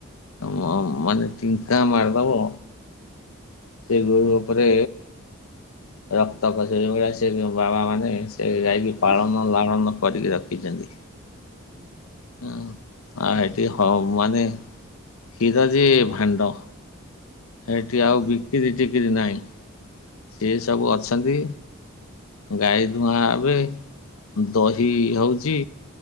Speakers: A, on the left (about 80°); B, on the right (about 20°).
A: ମଁ ମାନେ ତିନିଟା ମାରିଦବ ସେ ଗୋରୁ ଉପରେ ରକ୍ତ ଖସିଲା ଯୋଉଁଭଳିଆ ସେ ଯେଉଁ ବାବାମାନେ ସେ ଗାଈକି ପାଳନ
B: ହଇସ୍
A: ଲାଳନ କରିକି ରଖିଛନ୍ତି।
B: ହୁଁ।
A: ଆଉ ହଁ ହେଟି ହମ୍ସ ମାନେ ହୀର ଯେ ଭାଣ୍ଡ। ହେଇଟି
B: ହୁଁ
A: ଆଉ ବିକିରି ଟିକିରି ନାହିଁ। ସେ ସବୁ ଅଛନ୍ତି ଗାଈ ଦୁଆଁ ହେବେ। ଦହି ହଉଛି।